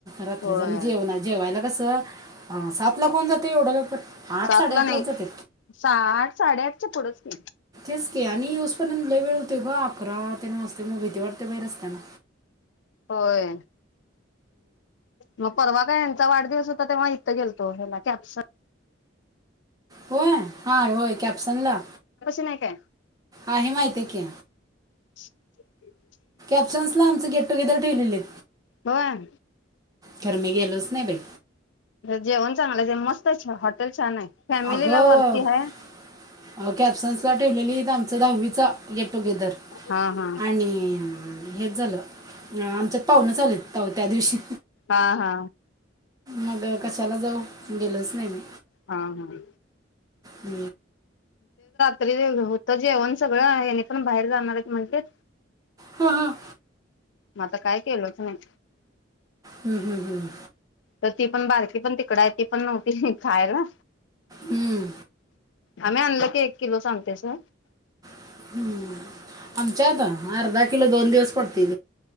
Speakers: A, on the right; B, on the left.
A: रात्रीच
B: होय
A: आणि जेवायला कसं हा सात ला कोण जाते एवढ्या लकर आठ-
B: सातला
A: साडेआठ
B: नाही
A: लाच जाते
B: सहा आठ साडेआठच्या पुढच की
A: तेच की आणि येउसपर्यंत लय वेळ होतोय ग अकरा तेन वाजतय मग भीती वाटते बाई रस्त्याला
B: होय मग परवा काय यांचा वाढदिवस होता तेव्हा इथे गेले तो कॅप्स
A: होय, हाय होय कॅप्सन ला
B: नाही काय
A: आहे माहितीये की,
B: <unintelligible>
A: कॅप्शन्स ला आमचे गेट-टुगेदर ठेवलेलीत.
B: होय
A: खरं मी गेलोच नाही बाई
B: जेवण चांगलं ते मस्त आहे हॉटेल छान आहे फॅमिलीला
A: अगं
B: वरती आहे
A: कॅप्शन ठेवलेलीत आमचा दहावीचा गेट-टुगेदर
B: हा हा
A: आणि हेच झालं आमचं पाहूनच आलो तया दिवशी
B: हा हा
A: मग कशाला जाऊ? गेलोच नाही मी
B: हा हा
A: ह
B: तरी होत जेवण सगळं आ हेनि पण बाहेर जाणार आहेत म्हणतलित
A: हम हम
B: मग आता काय केलंच नाही
A: हुं, हुं, हुं
B: तर ती पण बारकी पण तिकड आहे ती पण नव्हती खायला.
A: हम्म
B: आम्ही आणलं की एक किलोच आणतेच न
A: <inaudible> आमच्यात अर्धा किलो दोन दिवस पडतय